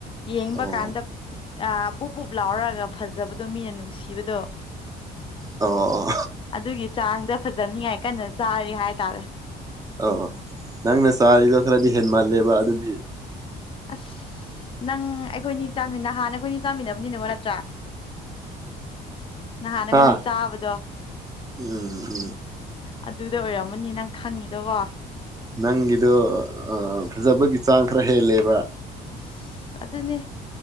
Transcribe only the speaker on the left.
ꯌꯦꯕ
ꯀꯥꯟꯗ ꯑ ꯕꯨꯞ ꯕꯨꯞ ꯂꯥꯎꯔꯒ ꯐꯖꯕꯗꯣ ꯃꯤꯅ ꯅꯨꯡꯁꯤꯕꯗꯣ
ꯑꯗꯨꯒꯤ ꯆꯥꯡꯗ ꯐꯖꯅꯤꯉꯥꯏ ꯀꯟꯅ ꯆꯥꯔꯤ ꯍꯥꯏꯇꯥꯔꯦ
ꯑꯁ ꯅꯪ ꯑꯩꯈꯣꯏꯅꯤ ꯆꯥꯃꯤꯟ ꯅꯍꯥꯟꯅ ꯑꯩꯈꯣꯏꯅꯤ ꯆꯥꯃꯤꯟꯅꯕꯅꯤꯅ ꯅꯠꯇ꯭ꯔꯥ ꯅꯍꯥꯟ ꯑꯒꯣꯅꯤ
ꯆꯥꯕꯗꯣ
ꯑꯗꯨꯗ ꯑꯣꯏꯔꯝꯃꯅꯤ ꯅꯪ ꯈꯪꯉꯤꯗꯣꯀꯣ
ꯑꯁ ꯑꯗꯨꯅꯦ